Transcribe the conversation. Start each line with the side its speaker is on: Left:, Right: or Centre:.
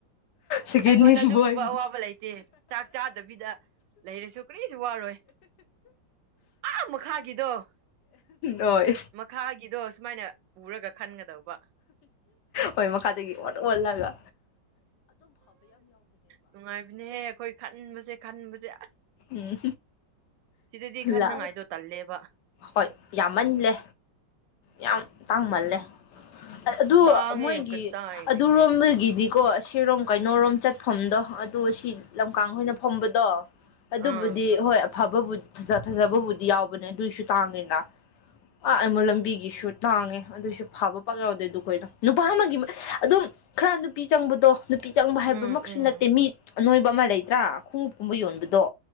Left: ꯁꯦꯀꯦꯟꯍꯦꯟ
Right: ꯑꯩꯉꯣꯟꯗ ꯑꯗꯨꯒꯨꯝꯕ
Left: ꯕꯣꯏꯗꯤ
Right: ꯑꯋꯥꯕ ꯂꯩꯇꯦ ꯆꯥꯛ ꯆꯥꯗꯕꯤꯗ ꯂꯩꯔꯁꯨ ꯀꯔꯤꯁꯨ ꯋꯥꯔꯣꯏ ꯑ ꯃꯈꯥꯒꯤꯗꯣ
Left: ꯍꯣꯏ
Right: ꯃꯈꯥꯒꯤꯗꯣ ꯁꯨꯃꯥꯏꯅ ꯄꯨꯔꯒ ꯈꯟꯒꯗꯧꯕ
Left: ꯍꯣꯏ ꯃꯈꯥꯗꯒꯤ ꯑꯣꯟ ꯑꯣꯟꯂꯒ
Right: ꯅꯨꯡꯉꯥꯏꯕꯅꯦꯍꯦ ꯑꯩꯈꯣꯏ ꯈꯟꯕꯁꯦ ꯈꯟꯕꯁꯦ ꯑꯁ
Left: ꯎꯝ
Right: ꯁꯤꯗꯗꯤ ꯈꯟꯅꯉꯥꯏꯗꯣ
Left: ꯂꯥꯛ
Right: ꯇꯜꯂꯦꯕ
Left: ꯍꯣꯏ ꯌꯥꯝꯃꯜꯂꯦ ꯌꯥꯝ ꯇꯥꯡꯃꯜꯂꯦ ꯑꯗꯨ
Right: ꯇꯥꯡꯉꯦ
Left: ꯃꯣꯏꯒꯤ
Right: ꯀꯗꯥꯏꯗꯒꯤ
Left: ꯑꯗꯨꯔꯣꯝꯗꯒꯤꯗꯤ ꯀꯣ ꯑꯁꯤꯔꯣꯝ ꯀꯩꯅꯣꯔꯣꯝ ꯆꯠꯐꯝꯗꯣ ꯑꯗꯨ ꯑꯁꯤ ꯂꯝꯀꯥꯡ ꯈꯣꯏꯅ ꯐꯝꯕꯗꯣ ꯑꯗꯨꯕꯨꯗꯤ
Right: ꯑꯥ
Left: ꯍꯣꯏ ꯐꯕꯕꯨ ꯐꯖꯕꯕꯨꯗꯤ ꯌꯥꯎꯕꯅꯦ ꯑꯗꯨꯏꯁꯨ ꯇꯥꯡꯉꯤꯅ ꯑꯥ ꯑꯥꯏꯃꯣꯜ ꯂꯝꯕꯤꯒꯤ ꯒꯤꯁꯨ ꯇꯥꯡꯉꯦ ꯑꯗꯨꯏꯁꯨ ꯐꯕ ꯄꯥꯛ ꯌꯥꯎꯗꯣꯏ ꯑꯗꯨ ꯀꯅꯣ ꯅꯨꯄꯥ ꯑꯃꯒꯤ ꯑꯗꯨꯝ ꯈꯔ ꯅꯨꯄꯤ ꯆꯪꯕꯗꯣ ꯅꯨꯄꯤ ꯆꯪꯕ ꯍꯥꯏꯕꯃꯛꯁꯨ
Right: ꯎꯝ ꯎꯝ
Left: ꯅꯠꯇꯦ ꯃꯤ ꯑ ꯅꯣꯏꯕ ꯑꯃ ꯂꯩꯇ꯭ꯔꯥ ꯈꯣꯡꯎꯞꯀꯨꯝꯕ ꯌꯣꯟꯕꯗꯣ